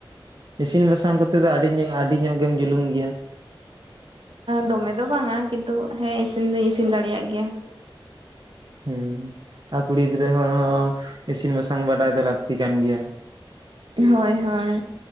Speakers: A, on the right (about 55°); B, on the right (about 85°).
A: ᱤᱥᱤᱱ ᱵᱟᱥᱟᱝ ᱠᱚᱛᱮ ᱫᱚ ᱟᱹᱰᱤ ᱧᱚᱜ ᱟᱹᱰᱤ ᱧᱚᱜ ᱜᱮᱢ ᱡᱩᱞᱩᱢ ᱜᱮᱭᱟ
B: ᱫᱚᱢᱮ ᱫᱚ ᱵᱟᱝ ᱟ ᱠᱤᱱᱛᱩ ᱦᱮᱸ ᱤᱥᱤᱱ ᱫᱩᱧ ᱤᱥᱤᱱ ᱫᱟᱲᱮᱭᱟᱜ ᱜᱮᱭᱟ
A: ᱦᱮᱸ ᱟᱨ ᱠᱩᱲᱤ ᱜᱤᱫᱽᱨᱟᱹ ᱦᱚᱲ ᱦᱚᱸ ᱤᱥᱤᱱ ᱵᱟᱥᱟᱝ ᱵᱟᱰᱟᱭ ᱫᱚ ᱞᱟᱹᱠᱛᱤ ᱠᱟᱱ ᱜᱮᱭᱟ
B: ᱦᱳᱭ ᱦᱳᱭ